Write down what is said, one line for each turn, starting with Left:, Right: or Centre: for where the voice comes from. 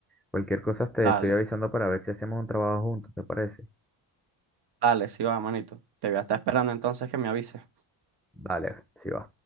Centre: Cualquier cosa te
Right: Dale,
Centre: estoy avisando para ver si hacemos un trabajo juntos, ¿te parece?
Right: dale, sí va, manito. Te voy a estar esperando entonces que me avises.
Centre: Dale, si va.